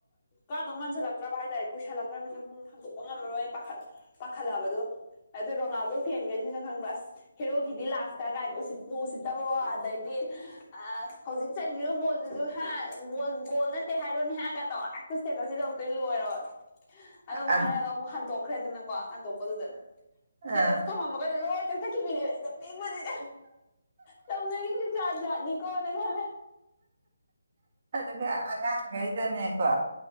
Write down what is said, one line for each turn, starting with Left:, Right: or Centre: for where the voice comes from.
Left: ꯀꯥꯗꯧ ꯃꯥꯟꯁꯤꯜꯂꯛꯇ꯭ꯔꯕ ꯍꯥꯏꯇꯥꯔꯦ ꯀꯨꯏꯁꯜꯂꯛꯇ꯭ꯔꯕꯅꯤꯅ ꯄꯨꯡ ꯍꯥꯡꯗꯣꯛꯄ ꯉꯝꯃꯔꯣꯏ ꯄꯥꯈꯠꯂꯛꯑꯥꯕ ꯑꯗꯣ ꯔꯣꯅꯥꯜꯗꯣ ꯐꯦꯟꯈꯩꯁꯤꯅ ꯈꯪꯕ ꯑꯥꯁ ꯍꯦꯔꯣ ꯍꯦꯔꯣꯒꯤꯗꯤ ꯂꯥꯠꯁꯇꯥ ꯀꯥꯏꯅ ꯎꯁꯤꯠꯄꯨ ꯎꯁꯤꯠꯇꯕꯑꯣ ꯑꯗꯩꯗꯤ ꯑꯥ ꯍꯧꯖꯤꯛ ꯆꯟꯒꯤꯕ ꯕꯣꯜꯗꯨꯁꯨꯨ ꯍꯥ ꯒꯣꯜ ꯒꯣꯜ ꯅꯠꯇꯦ ꯍꯥꯏꯔꯣꯅꯦ ꯍꯥ ꯏꯁꯇꯦꯇꯁ ꯁꯤꯗ ꯑꯃꯨꯛꯇꯣꯢꯕꯂꯣꯏꯔꯕ ꯑꯗꯨꯒ ꯉꯥꯏꯍꯛ
Right: ꯑꯥ
Left: ꯂꯩꯔꯒ ꯑꯃꯨꯛ ꯍꯟꯇꯣꯛꯈ꯭ꯔꯦꯗꯅ ꯀꯣ ꯍꯟꯇꯣꯛꯄꯗꯨꯗ
Right: ꯑꯥ
Left: ꯏꯁꯇꯦꯇꯁ ꯊꯝꯃꯝꯕꯒꯩꯗꯨ ꯂꯣꯏ ꯀꯊꯠꯈꯤꯕꯅꯦ ꯅꯣꯛꯅꯤꯡꯕꯅꯤꯗ ꯇꯧꯅꯔꯤꯖꯦ ꯖꯥꯠ-ꯖꯥꯠꯅꯤꯀꯣꯅ ꯈꯜꯂꯦ
Right: ꯑꯗꯨꯒ ꯑꯉꯥꯡꯒꯩꯗꯅꯦꯀꯣ